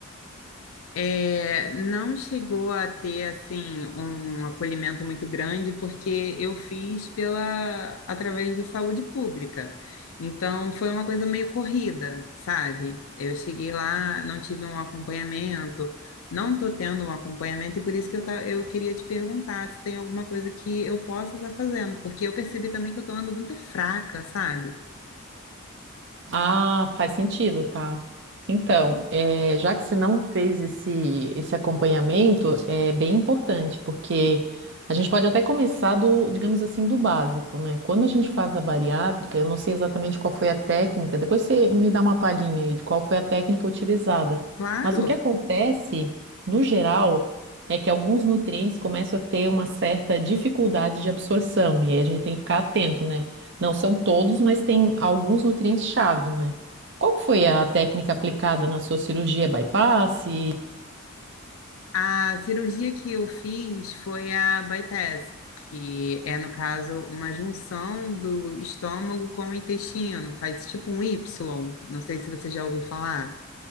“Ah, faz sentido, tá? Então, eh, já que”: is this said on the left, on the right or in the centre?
Right